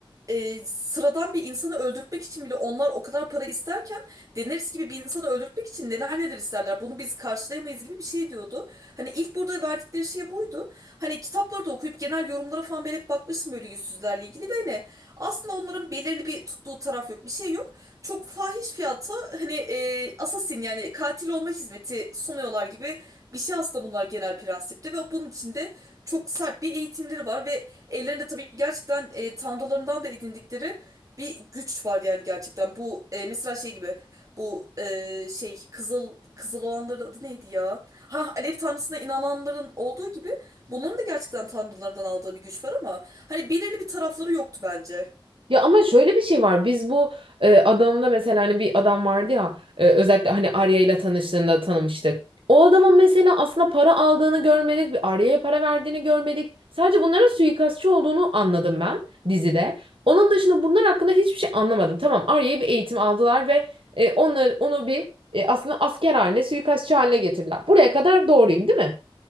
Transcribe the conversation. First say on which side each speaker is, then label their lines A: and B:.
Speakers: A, on the right; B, on the right.
A: e, sıradan bir insanı öldürtmek için bile onlar o kadar para isterken Daenerys gibi bir insanı öldürtmek için neler neler isterler. Bunu biz karşılayamayız gibi bir şey diyordu. Hani ilk burada verdikleri şey buydu. Hani kitapları da okuyup genel yorumlara falan ben hep bakmıştım böyle yüzsüzlerle ilgili ve hani aslında onların belirli bir tuttuğu taraf yok. Bir şey yok. Çok fahiş fiyata hani e, assassin yani katil olma hizmeti sunuyorlar gibi bir şey aslında bunlar genel prensipte ve bunun içinde çok sert bir eğitimleri var ve Ellerinde tabii gerçekten e, tanrılarından da edindikleri bir güç var yani gerçekten. Bu e, mesela şey gibi bu e, şey kızıl kızıl olanların adı neydi ya? Ha Alev tanrısına inananların olduğu gibi bunların da gerçekten tanrılarından aldığı bir güç var ama hani belirli bir tarafları yoktu bence.
B: Ya ama şöyle bir şey var. Biz bu e, adamda mesela hani bir adam vardı ya e, özellikle hani Arya ile tanıştığında tanımıştık. O adamın mesela aslında para aldığını görmedik, bir Arya'ya para verdiğini görmedik. Sadece bunların suikastçı olduğunu anladım ben dizide. Onun dışında bunlar hakkında hiçbir şey anlamadım. Tamam Arya'ya bir eğitim aldılar ve e, onları, onu bir e, aslında asker haline, suikastçı haline getirdiler. Buraya kadar doğruyum, değil mi?